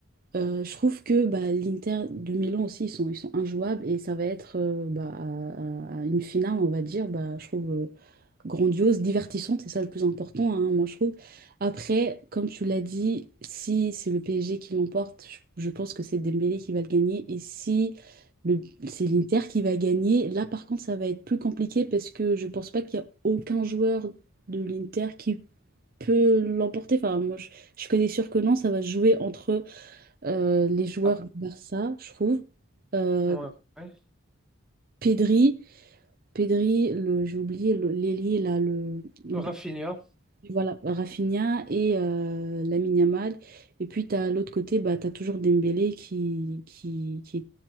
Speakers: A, on the right; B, in the centre.
A: euh, je trouve que bah, l'Inter de Milan aussi, ils sont, ils sont injouables et ça va être euh, bah, à, à- à une finale, on va dire, bah, je trouve euh, grandiose, divertissante, c'est ça le plus important, hein, moi je trouve. Après, comme tu l'as dit, si c'est le PSG qui l'emporte, je je pense que c'est Dembélé qui va le gagner. Et si le, c'est l'Inter qui va gagner, là par contre ça va être plus compliqué parce que je pense pas qu'il y a aucun joueur de l'Inter qui peut l'emporter. Enfin, moi je, je suis quasi sûre que non, ça va se jouer entre euh, les joueurs
B: Ah,
A: du Barça, je trouve. Euh,
B: ouais, ouais.
A: Pedri, Pedri, le, j'ai oublié le- l'ailier là, le, le
B: Rafinha,
A: Voilà, Rafinha et euh, Lamine Yamal. Et puis, tu as l'autre côté, bah, tu as toujours Dembélé qui, qui, qui, est-